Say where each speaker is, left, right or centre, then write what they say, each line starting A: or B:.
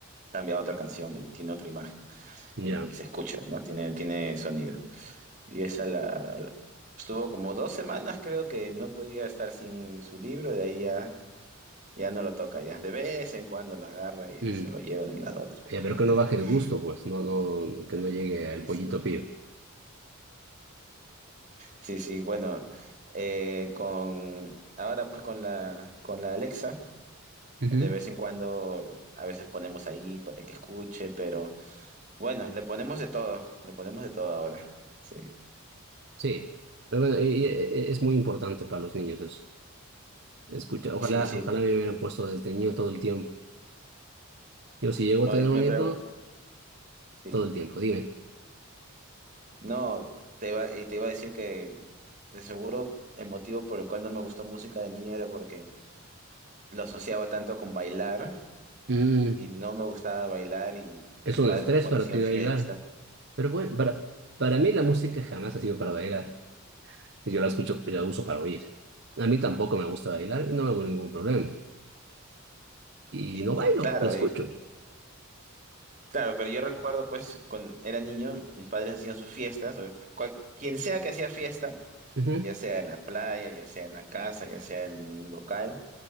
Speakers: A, on the right; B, on the right.
A: cambia a otra canción y tiene otra imagen
B: Ya,
A: y, y se escucha, ¿no? Tiene, tiene sonido. Y esa la, estuvo como dos semanas creo que no podía estar sin su libro, de ahí ya... Ya no lo toca, ya. De vez en cuando lo agarra y
B: mm.
A: se lo lleva de un lado a otro.
B: Eh, pero que no
A: <laughs>
B: baje de gusto, pues, no, no, que no llegue al
A: Sí,
B: pollito
A: sí.
B: pío.
A: Sí, sí. Bueno, eh, con ahora pues con la con la Alexa,
B: Ujú,
A: de vez en cuando a veces ponemos ahí para que escuche, pero bueno, le ponemos de todo, le ponemos de todo ahora. Sí.
B: Sí, pero bueno, eh, eh, eh, es muy importante para los niños eso. Escucha, ojalá,
A: Sí, sí.
B: ojalá me hubieran puesto desde niño todo el tiempo. Yo si llego a
A: Oye,
B: tener un
A: me pre-
B: hijo,
A: sí.
B: todo el tiempo, dime.
A: No, te iba, y te iba a decir que de seguro el motivo por el cual no me gustó música de niño era porque lo asociaba tanto con bailar
B: Mm,
A: y no me gustaba bailar y mis
B: es un
A: padres
B: estrés
A: pues cuando
B: para
A: hacían
B: ti bailar,
A: fiesta
B: pero bueno, para, para mí la música jamás ha sido para bailar. Yo la escucho, la uso para oír. A mí tampoco me gusta bailar y no me hago ningún problema. Y
A: y,
B: no bailo,
A: y claro,
B: la escucho.
A: y- claro, pero yo recuerdo pues cuando era niño mis padres hacían sus fiestas, o cual- quien sea que hacía fiesta,
B: Ujú.
A: ya sea en la playa, ya sea en la casa, ya sea en un local,